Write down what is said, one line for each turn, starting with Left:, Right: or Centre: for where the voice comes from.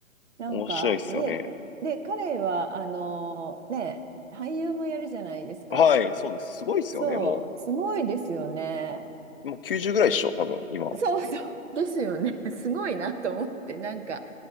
Right: なんか、
Left: 面白いですよね。
Right: で、で、彼は、あの、ね、俳優もやるじゃないですか。
Left: はい、そうです。すごいですよね。
Right: そう、
Left: も
Right: すごいですよね。
Left: う、もう90ぐらいっしょ、多分、今。
Right: そうそう。ですよね。<laughs> すごいなと思って、なんか、